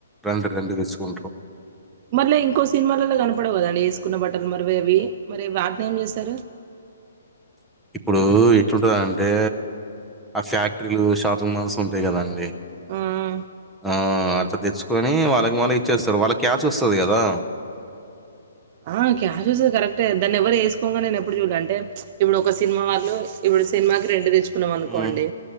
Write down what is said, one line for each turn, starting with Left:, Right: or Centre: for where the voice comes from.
Centre: రెంటు రెంట్ తీసుకుంటరు
Right: మళ్ళీ ఇంకో సినిమాలలో కనపడవు కదండి వేసుకున్న బట్టలు మరి ఇవి మరి వాటిని ఏం చేస్తారు
Centre: ఇప్పుడు ఎట్లుంటది అంటే ఆ ఫ్యాక్టరీలు షాపింగ్ మాల్స్ ఉంటాయి కదాండి
Right: ఆ ఆ
Centre: ఆ అట్లా తెచ్చుకొని వాళ్ళకి మళ్ళీ ఇచ్చేస్తారు వాళ్ళకి క్యాచ్ వస్తది కదా
Right: ఆ క్యాష్ వసేది కరెక్టే దాన్ని ఎవరు వేసుకోగా నేను ఎప్పుడు చూడలే అంటే ఇప్పుడు ఒక సినిమా వాళ్ళు ఇప్పుడు సినిమాకి రెంటు తెచ్చు కున్నాం అనుకోండి
Centre: హ్మ్.